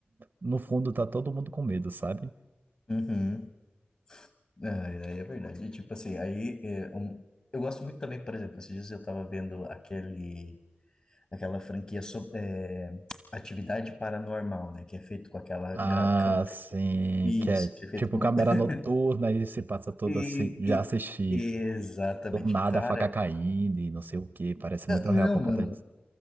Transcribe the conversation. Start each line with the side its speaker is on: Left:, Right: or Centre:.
Right: no fundo tá todo mundo com medo, sabe?
Left: Uhum. É, é é verdade. E, Tipo assim, aí é, um- eu gosto muito também, por exemplo, esses dias eu tava vendo aquele, aquela franquia sobre, é, Atividade Paranormal, né? Que é feito com aquela
Right: Ah,
Left: gra- câmera
Right: sim,
Left: aqui. Isso,
Right: que é
Left: que é feito.
Right: tipo
Left: <laughs>
Right: câmera noturna e se passa todo
Left: E,
Right: assim. Já assisti.
Left: e- exatamente,
Right: Do nada
Left: cara.
Right: a faca caindo e não sei o que, parece muito
Left: Não,
Right: real por
Left: mano.
Right: conta disso.